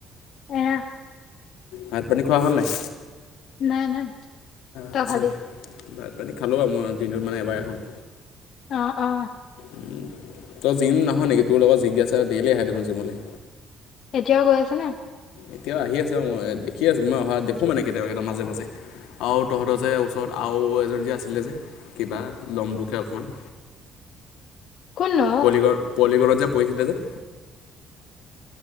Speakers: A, on the left; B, on the left.
A: এৰা
B: ভাত পানী খোৱা হ'ল নাই?
A: নাই নাই। তই
B: আচ্ছা,
A: খালি
B: ভাত পানী খালোঁ বাৰু মই দিনটোত মানে এবাৰে খাওঁ।
A: অ', অ',
B: উম্, তই জিম নাহ নেকি? তোৰ লগৰ জিজ্ঞাছা ডেইলি আহে দেখোন জিমলৈ।
A: এতিয়াও গৈ আছে নে।
B: এতিয়াও আহি আছে, মই দেখি আছোঁ মই অহা দেখো মানে কেতিয়াবা কেতিয়াবা মাজে মাজে। আৰু তহঁতৰ যে ওচৰত আৰু এজনী যে আছিলে যে। কিবা লম্বুকে অকণমান,
A: কোননো
B: পলিগৰ পলিকনত যে পঢ়িছিলে যে।